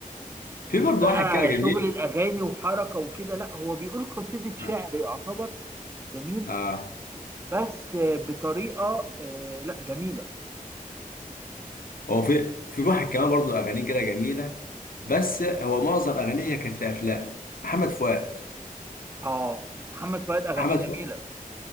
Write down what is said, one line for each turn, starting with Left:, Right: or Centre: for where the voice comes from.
Left: في
Right: مش
Left: برضه
Right: بقى
Left: واحد كده جميل
Right: شغل الاغاني وحركه وكده لا هو بيقول قصيده شعر
Left: اه
Right: يعتبر جميل
Left: آه.
Right: بس بطريقه آه، لا جميله
Left: هو في في واحد كمان برضه اغانيه كده جميله بس هو معظم اغانيه كانت في افلام محمد فؤاد
Right: اه محمد فؤاد اغانيه
Left: محمد
Right: جميله
Left: فؤاد